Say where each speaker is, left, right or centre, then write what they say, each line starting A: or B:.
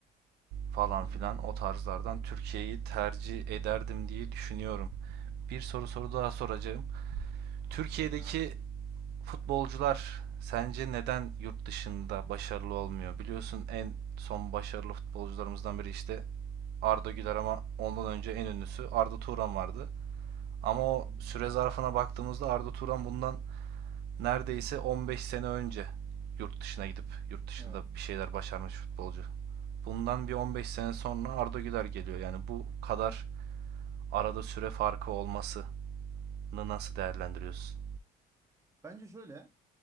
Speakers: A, on the right; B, on the right.
A: falan
B: Hı hı.
A: filan o tarzlardan Türkiye'yi tercih ederdim diye düşünüyorum. Bir soru soru daha soracağım. Türkiye'deki
B: Gönder.
A: Futbolcular sence neden yurt dışında başarılı olmuyor? Biliyorsun en son başarılı futbolcularımızdan biri işte Arda Güler ama ondan önce en ünlüsü Arda Turan vardı. Ama o
B: Hı hı.
A: süre zarfına baktığımızda Arda Turan bundan neredeyse 15 sene önce yurt dışına gidip yurt dışında
B: Evet.
A: bir şeyler başarmış futbolcu. Bundan bir 15 sene sonra Arda Güler geliyor. Yani bu kadar arada süre farkı olmasını nasıl değerlendiriyorsun?
B: Bence şöyle.